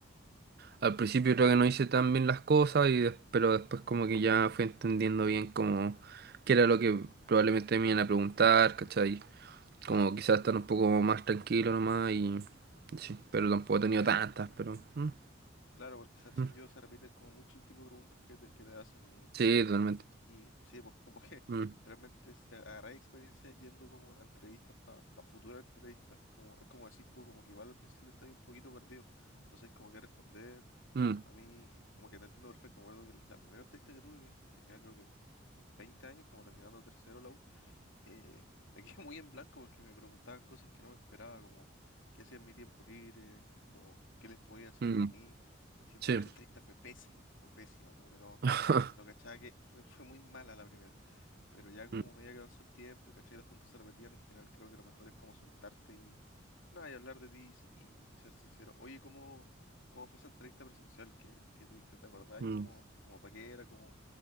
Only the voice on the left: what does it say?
Claro,
eso,
sí.
Claro, porque se- según
yo se repiten como mucho el tipo de preguntas que te, que te hacen y
Y sí, pues como que
<laughs> realmente si te agarráis experiencias yendo como a entrevistas para futuras entrevistas. Como, es como decís tú, como que igual al principio estás un poquito perdido. No sabes como qué responder.
A mí, como que te entiendo perfecto. Me acuerdo que la primera entrevista que tuve, que tenía creo que 20 años, como terminando tercero la U, eh, me quedé <laughs> muy en blanco porque me preguntaban cosas que no me esperaba, como qué hacía en mi tiempo libre, como qué les podía decir
de mí. Y siento
que la <laughs> entrevista fue pésima, fue pésima, como que no,
no cachaba que fue, fue muy mala la primera. Pero ya como
medida que avanzó el tiempo y caché que las preguntas se repetían, al final creo que lo mejor es como soltarte y nada, y hablar de ti y, y ser sincero. Oye, ¿cómo, cómo fue esa entrevista presencial que, que tuviste? ¿Te acordás?
¿Y cómo, cómo pa' qué era? ¿Cómo,